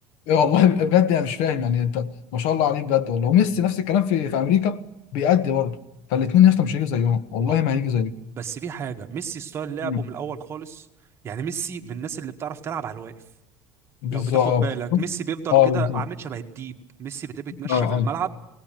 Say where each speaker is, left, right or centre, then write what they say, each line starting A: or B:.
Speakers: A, on the left; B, on the right.
A: إيه والله بجد انا مش فاهم يعني انت ما شاء الله عليه بجد والله وميسي نفس الكلام في في امريكا بيأدي برضه فالاثنين يا اسطى مش هيجوا زيهم والله
B: ما هو
A: ما هيجي زيهم
B: بس في حاجه ميسي ستايل لعبه
A: مم.
B: من الاول خالص يعني ميسي من الناس اللي بتعرف تلعب على الواقف
A: بالظبط
B: لو بتاخد بالك ميسي بيفضل
A: اه
B: كده
A: بالظبط
B: عامل شبه الديب ميسي بتلاقيه بيتمشى
A: اه
B: في الملعب
A: ايوه